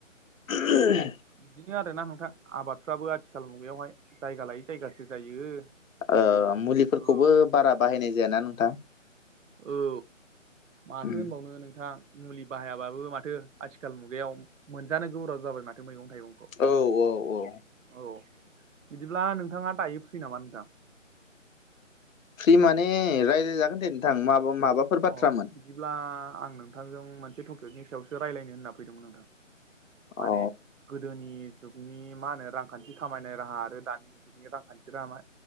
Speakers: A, on the left (about 85°); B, on the right (about 70°).
A: <unintelligible>
B: बिदिनो आरोना नोंथां आबादफ्राबो आथिखाल मुगायावहाय जायगा लायै जायगासो जायो।
A: ओ मुलिफोरखौबो
B: औ
A: बारा बाहायनाय जायाना नोंथां
B: औ माथो
A: उम
B: होनबावनो नोंथां मुलि बाहायाबाबो माथो आथिखाल मुगायाव मोनजानो गोब्राब जाबाय माथो मैगं थाइगंखौ।
A: औ औ औ
B: औ बिदिब्ला नोंथाङा दायो फ्रि नामा नोंथां?
A: फ्रि माने रायलाय जागोन दे नोंथां माबा माबाफोर बाथ्रामोन
B: अ बिदिब्ला आं नोंथांजों मोनसे टपिकनि सायावसो रायलायनो होनना फैदोंमोन नोंथां। माने
A: अ
B: गोदोनि जुगनि मा होनो रांखान्थि खामायनाय राहा आरो दानि जुगनि रांखान्थि राहा